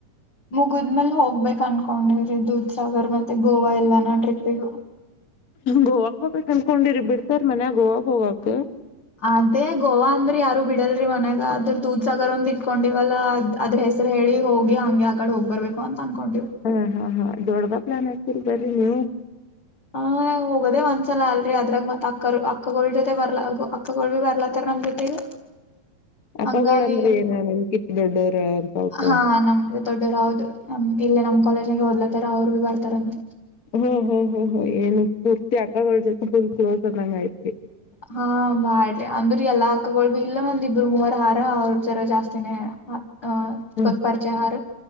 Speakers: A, on the left (about 40°); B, on the left (about 80°).
A: ಮುಗಿದ್ಮೇಲ್ ಹೋಗ್ಬೇಕ ಅನ್ಕೊಂಡಿ್ರಿ ದುದ ಸಾಗರ್ ಮತ್ತೆ ಗೋವಾ ಎಲ್ಲ ನಾ ಟ್ರಿಪ್ಿಗ
B: ಗೋವಾಕ್ ಹೋಗ್ಬೇಕು ಅನ್ಕೊಂಡಿರಿ ಬಿಡ್ತಾರ ಮನ್ಯ ಗೋವಾಕ್ ಹೋಗಕ್
A: ಅದೇ ಗೋವಾ ಅಂದ್ರ ಯಾರು ಬಿಡಲ್ರರಿ ಮನ್ಯಾಗ ಅದ್ರ ದೂದ್ ಸಾಗರ್ ಒಂದ್ ಇಟ್ಕೊಂಡಿವಲ್ಲ ಅದ್ ಅದ್ರ ಹೆಸ್ರ ಹೇಳಿ ಹೋಗಿ ಹಂಗೆ ಆ ಕಡೆ ಹೋಗ್ ಬರ್ಬೇಕು ಅಂತ ಅನ್ಕೊಂಡಿವ್
B: ಹಾ ಹಾ ಹಾ ದೊಡ್ಡ್ದ ಪ್ಲಾನ್ ಆಗ್ತೀರಿ ಬರಿ ನೀವು
A: ಹ ಹೋಗೋದೇ ಒಂದ್ಸಲ ಅಲ್ರಿೀ ಅದ್ರಾಗ ಮತ್ ಅಕ್ಕ ಅಕ್ಕಗಳ ಜೊತೆ ಬರ್ಲ ಅಕ್ಕಗಳು ಭ ಬರ್ಲತ್ತರ ಕ್ ಪ್ರತಿಗ
B: ಅಕ್ಕಗಳಂದ್ರೆ
A: ಹಂಗಾಗ
B: ಏನ ನಿಮ್ಕಿಟ್ ದೊಡ್ಡೋರ ಒಂದ್ ಸ್ವಲ್ಪ
A: ಹಾ ನಮಗೆ ದೊಡ್ಡೋರಾವದು ನಮ ಇಲ್ಲ ನಮ್ ಕಾಲೇಜಗೆ ಓದಲತಾರ ಅವ್ರಗ ಬರ್ತಾರಂತೆ
B: ಹ್ಮ್ ಹ ಹ್ಮ್ ಹ್ ಏನು ಪೂರ್ತಿ ಅಕ್ಕಳ ಜೊತೆ ಫುಲ್ ಕ್ಲೋಸ್ ಅನ್ನಂಗ ಐತ್ವಿ
A: ಹಾ ಬಾ್ರಿ ಅಂದ್ರಿ ಎಲ್ಲಾ ಹಕಗೊಳ್ಬಿ ಇಲ್ಲ ಒಂದಿಬ್ರು ಮೂವರ ಹಾರ ಅವ್ರ ಜರ ಜಾಸ್ತಿನೇ ಅ
B: ಹ್ಮ್
A: ಕೊತ್ ಪರಿಚಯಾರ